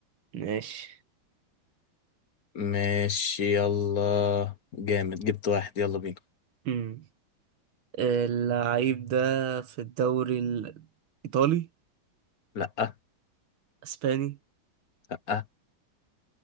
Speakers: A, on the right; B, on the left.
A: ماشي
B: ماشي يلا جامد جبت واحد يلا بينا
A: امم اللعيب ده في الدوري الإيطالي
B: لأ
A: أسباني
B: لأ